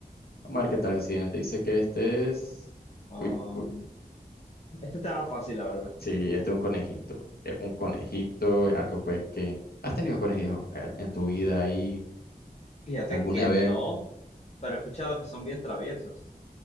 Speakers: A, on the left; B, on the left.
A: Vamos a ver qué tal el siguiente. Dice que este es...
B: Um,
A: Uy, uy,
B: este estaba fácil, la verdad.
A: sí, este es un conejito. Es un conejito, algo pues que... ¿Has tenido conejitos eh, en tu vida ahí
B: Fíjate
A: alguna
B: que no,
A: vez?
B: pero he escuchado que son bien traviesos.